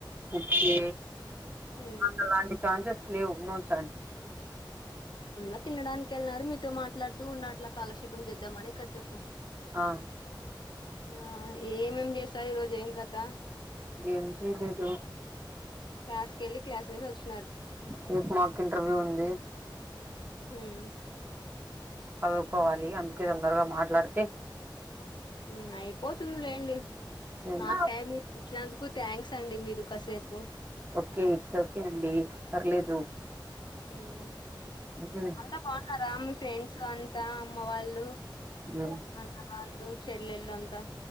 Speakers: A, on the right; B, on the left.
A: ఓకే
B: ఉమ్
A: నాకలాంటి ఛాన్సెస్ లేవు ను చాన్స్
B: అంతా తినడానికి వెళ్ళినారు మీతో మాట్లాడుతూ ఉన్న అట్లా కాలక్షేపం చేద్దామని కాసేపు
A: ఆ
B: ఆ ఏమేం చేస్తారు ఈ రోజు ఏం కత
A: ఏం చేయలేదు
B: క్లాస్ కెళ్ళి క్లాసెస్ వచ్చి
A: స మాకు ఇంటర్వ్యూ ఉంది
B: ఉమ్
A: చదువుకోవాలి అందుకే తొందరగా మాట్లాడితే
B: మ్ అయిపోతుంది లేండి
A: హ్మ్.
B: మాకు టైమ్ ఇచ్చిన కు థ్యాంక్స్ అండి మీరు కాసేపు
A: ఓకే ఇట్స్ ఓకే అండి పర్లేదు
B: మ్
A: హ్మ్.
B: అంతా బాగున్నారు ఫ్యామిలీ, ఫ్రెండ్స్ అంతా అమ్మ వాళ్ళు
A: హ్మ్.
B: అన్న వాళ్ళు చెెల్లెలు అంతా